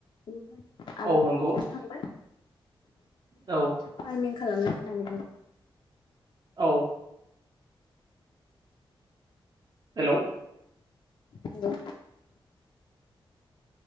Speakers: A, on the left (about 55°); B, on the right (about 45°).
A: बेनिफ्राय आबादा
B: औ नंगौ
A: थांबाय
B: औ
A: फार्मिं <unintelligible> खालामनाय होननानै बुं
B: औ हेलौ
A: नंगौ